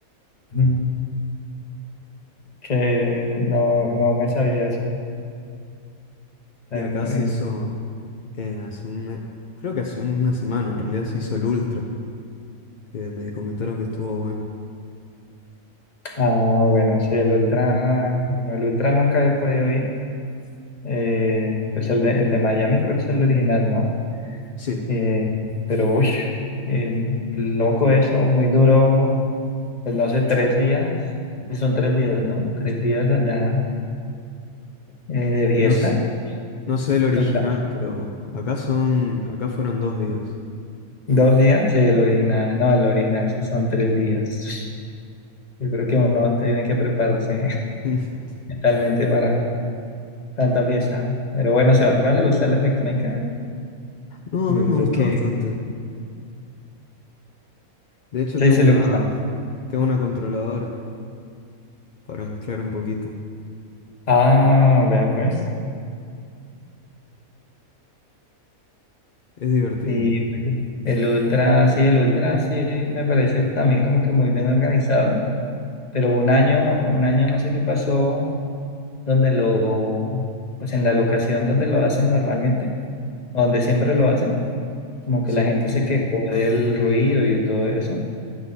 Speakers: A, on the left (about 30°); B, on the left (about 50°).
A: ujú, <laughs> que no, no me sabía eso. En-
B: Y acá se
A: en-
B: hizo, eh, hace un, me- creo que hace una semana en realidad se hizo el Ultra, que me comentaron que estuvo bueno.
A: ah, bueno, sí, el Ultra, bueno, el Ultra nunca he podido ir. Eh, pues el de, el de Miami creo que es el original, ¿no?
B: Sí,
A: Eh, pero, uy, eh, loco eso, muy duro. Pues no sé, tres días, son tres días, ¿no? Tres días allá eh, de fiesta.
B: no, s- no sé el original,
A: Toca.
B: pero acá son, acá fueron dos días.
A: Dos días, sí, el original, no, el original sí son tres días. Yo creo que uno tiene que prepararse <laughs>
B: <laughs>
A: realmente para tanta fiesta. Pero bueno, si a uno le gusta la electrónica,
B: No,
A: yo
B: a mí me
A: creo
B: gusta
A: que
B: bastante. De hecho,
A: sí,
B: tengo
A: se
B: una,
A: le gusta.
B: tengo una controladora para mezclar un poquito.
A: Ah, vea pues.
B: Es divertido.
A: Y el Ultra, sí, el Ultra sí me parece también como que muy bien organizado, pero un año, un año no sé qué pasó, donde lo, pues en la locación donde lo hacen normalmente, donde siempre lo hacen Como que
B: Sí.
A: la gente
B: <laughs>
A: se quejó del ruido y de todo eso.